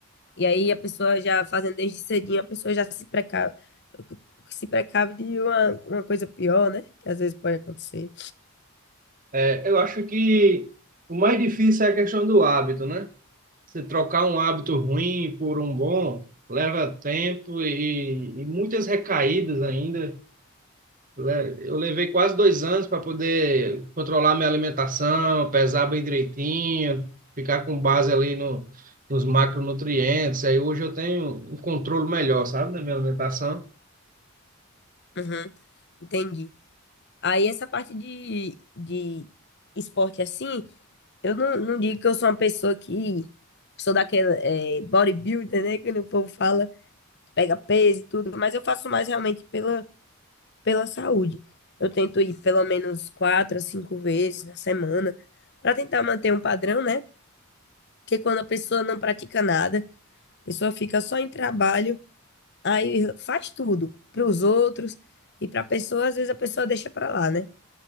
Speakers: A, on the left (about 50°); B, on the right (about 40°).
A: E aí a pessoa já fazendo desde cedinho, a pessoa já se precave, se precave de uma, uma coisa pior, né? Que às vezes pode acontecer.
B: É, eu acho que o mais difícil é a questão do hábito, né? Você trocar um hábito ruim por um bom, leva tempo e, e muitas recaídas ainda. Le- Eu levei quase dois anos para poder controlar minha alimentação, pesar bem direitinho, ficar com base ali no, nos macronutrientes. Aí hoje eu tenho um controle melhor, sabe, da minha alimentação.
A: Uhum. Entendi. Aí essa parte de, de esporte assim, eu não, não digo que eu sou uma pessoa que sou daquela é, bodybuilder, né? Que o povo fala, pega peso e tudo, mas eu faço mais realmente pela, pela saúde. Eu tento ir pelo menos quatro a cinco vezes na semana, para tentar manter um padrão, né? Porque quando a pessoa não pratica nada, A pessoa fica só em trabalho, aí faz tudo para os outros e para a pessoa, às vezes a pessoa deixa para lá, né?